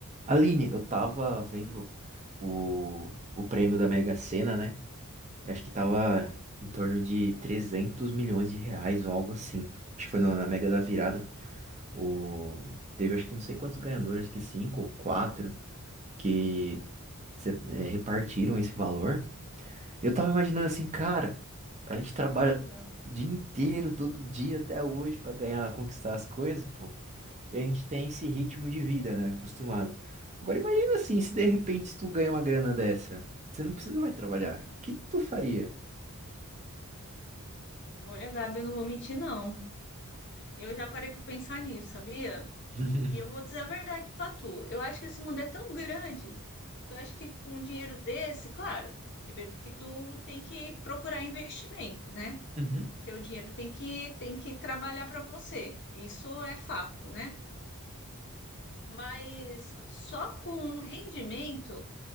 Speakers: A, on the right; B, on the left.
A: Aline, eu tava vendo o, o prêmio da Mega Sena, né? Acho que tava em torno de 300 milhões de reais ou algo assim. Acho que foi na, na Mega da Virada. O, teve acho que não sei quantos ganhadores, acho que cinco ou quatro, que se- eh, repartiram esse valor. Eu tava imaginando assim, cara, a gente trabalha
B: Ah,
A: o dia inteiro, todo dia até hoje pra ganhar, conquistar as coisas, pô. E a gente tem esse ritmo de vida, né? Acostumado. Agora imagina assim, se de repente tu ganha uma grana dessa, você não precisa mais trabalhar. O que que tu faria?
B: Olha, Gabi, eu não vou mentir, não. Eu já parei para pensar nisso, sabia?
A: <laughs>
B: E eu vou dizer a verdade para tu. Eu acho que esse mundo é tão grande que eu acho que com um dinheiro desse, claro, primeiro que tu tem que procurar investimento, né?
A: Uhum.
B: O teu dinheiro tem que, tem que trabalhar para você. Isso é fato, né? Mas só com um rendimento